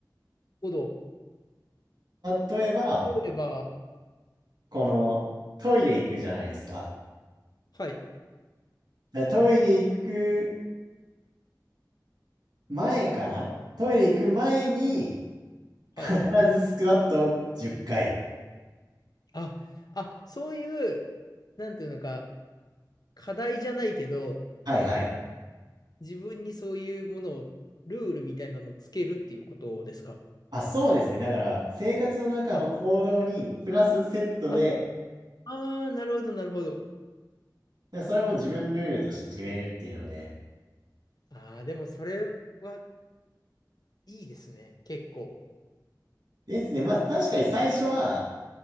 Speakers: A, on the left; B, on the right.
A: ほど
B: す。例えば、
A: た、例えば、
B: このトイレ行くじゃないですか。
A: はい、
B: だからトイレ行く前かなトイレ行く前に、
A: はい。
B: 必ずスクワットを10回。
A: あ、あ、そういう、なんていうのか、課題じゃないけど、
B: はいはい。
A: 自分にそういうものを、ルールみたいなのをつけるっていうことですか
B: あ、そうですね。だから、生活の中の行動にプラスセットで、
A: あ、あ、
B: だか
A: あーなるほど、なるほど。
B: らそれも自分ルールとして決めるっていうので。
A: ああ、でもそれはいいですね、結構。
B: ですね。まあ、確かに最初は、